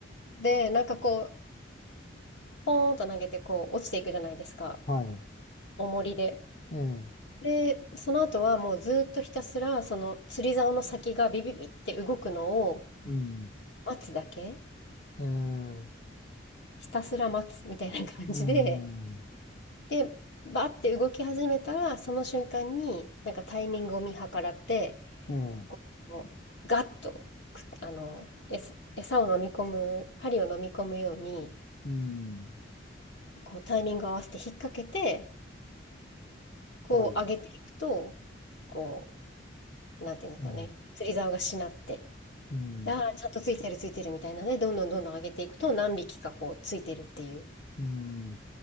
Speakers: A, on the left; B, on the left.
A: で、なんかこう、ポーンと投げてこう落ちていくじゃないですか、
B: はい。
A: 重りで。
B: ええ、
A: で、その後はもうずっとひたすら、その釣り竿の先がビビビって動くのを
B: うん。
A: 待つだけ、
B: ええ、
A: ひたすら待つみたいな感じで、
B: うん。
A: で、バーって動き始めたら、その瞬間に、なんかタイミングを見計らって、
B: ええ、
A: こうガッとく、あの、えす餌を飲み込む、針を飲み込むように、
B: うん。
A: こうタイミングを合わせて引っ掛けて、こう上げていくと、
B: はい。
A: こう、なんていうんですかね、
B: うん。
A: 釣り竿がしなって、
B: うん。
A: でああちゃんとついてるついてるみたいなね、どんどんどんどん上げていくと、何匹かこうついてるっていう。
B: うん。